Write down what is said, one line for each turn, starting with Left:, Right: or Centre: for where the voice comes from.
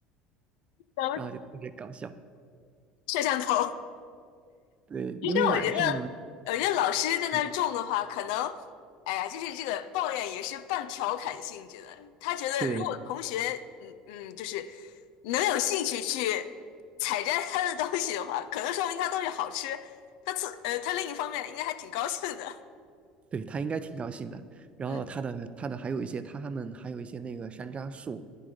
Left: 咱们
Right: 然后就特别搞笑。
Left: 摄像头。
Right: 对，
Left: 其实我觉得，
Right: 因为晚上，
Left: 我觉得老师在那儿种的话，
Right: 嗯，
Left: 可能，哎呀，就是这个抱怨也是半调侃性质的。他觉得如果同学，
Right: 对
Left: 嗯嗯，就是能有兴趣去采摘他的东西的话，可能说明他东西好吃。他自呃，他另一方面应该还挺高兴的 <laughs>。
Right: 对，他应该挺高兴的。然后他的他的还有一些他们还有一些那个山楂树，
Left: 嗯，